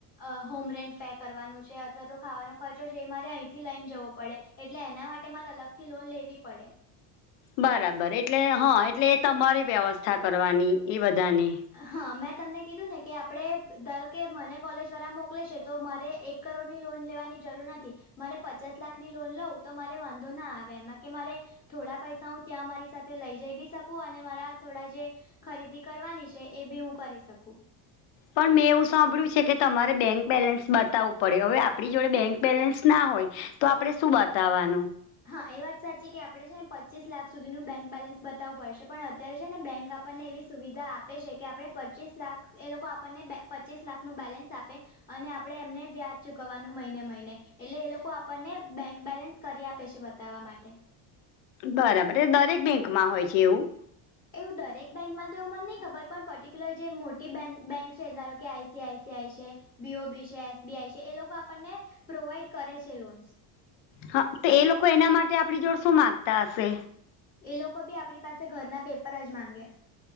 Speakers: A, on the left; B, on the left.
A: અ હોમ રેન્ટ પે કરવાનું છે અથવા તો ખાવાનો ખર્ચો છે એ મારે અહીંથી લઈ જવો પડે એટલે એના માટે મારે અલગથી લોન લેવી પડે.
B: બરાબર એટલે હા એટલે એ તમારે વ્યવસ્થા કરવાની એ બધાને.
A: હા મેં તમને કીધું ને કે આપણે ધારો કે મને કોલેજ દ્વારા મોકલે છે તો મારે એક કરોડની લોન લેવાની જરૂર નથી. મારે પચાસ લાખની લોન લઉ તો મારે વાંધો ના આવે એમાં કે મારે થોડા પૈસા હું ત્યાં મારી સાથે લઈ જઈ બી શકું અને મારા થોડા જે ખરીદી કરવાની છે એ બી હું કરી શકું.
B: પણ મેં એવું સાંભળ્યું છે કે તમારે બેંક બેલેન્સ બતાવું પડે. હવે આપણી જોડે બેંક બેલેન્સ ના હોય તો આપણે શું બતાવવાનું?
A: હા એ વાત સાચી કે આપણે છે ને પચીસ લાખ સુધીનું બેંક બેલેન્સ બતાવવું પડશે. પણ અત્યારે છે ને બેંક આપણને એવી સુવિધા આપે છે કે આપણે પચીસ લાખ એ લોકો આપણને પચીસ લાખનું બેલેન્સ આપે. અને આપડે એમને વ્યાજ ચૂકવવાનું મહિને મહિને એટલે એ લોકો આપણને બેંક બેલેન્સ કરી આપ પે છે બતાવવા માટે.
B: બરાબર એલે દરેક બેંકમાં હોય છે એવું.
A: એવું દરેક બેંકમાં તો એવું મને નહીં ખબર પણ પર્ટિક્યુલર જે મોટી બેન્ક છે ધારો કે I C I C I છે બી ઓ બી છે એસ બી આઈ છે એ લોકો આપણને પ્રોવાઈડ કરે છે લોન્સ.
B: હા તો એ લોકો એના માટે આપડી જોડ શું માંગતા હશે?
A: એ લોકો બી આપણી પાસે ઘરના પેપર જ માંગે.